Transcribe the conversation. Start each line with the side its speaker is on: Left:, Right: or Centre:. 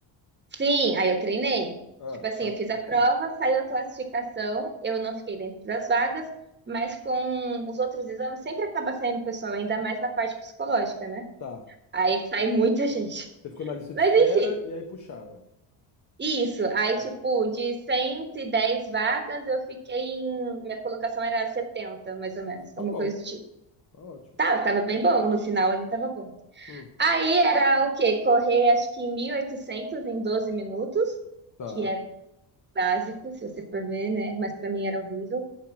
Right: Sim, aí eu treinei.
Left: Ah,
Right: Tipo assim,
Left: tá,
Right: eu fiz
Left: ok.
Right: a prova, saiu a classificação, eu não fiquei dentro das vagas, mas com os outros exames sempre acaba saindo pessoal, ainda mais na parte psicológica, né?
Left: Tá.
Right: Aí sai muita gente. <laughs>
Left: Você ficou na lista de
Right: Mas
Left: espera
Right: enfim,
Left: e aí puxaram.
Right: isso. Aí,
Left: Tá,
Right: tipo, de 110 vagas, eu fiquei em. Minha colocação era 70 mais ou menos,
Left: tá
Right: alguma
Left: bom,
Right: coisa do tipo.
Left: tá ótimo.
Right: Tá, eu tava bem bom, no final ele tava bom.
Left: Hum,
Right: Aí era o quê? Correr acho que 1.800 em 12 minutos,
Left: tá.
Right: que é básico, se você for ver, né? Mas para mim era horrível.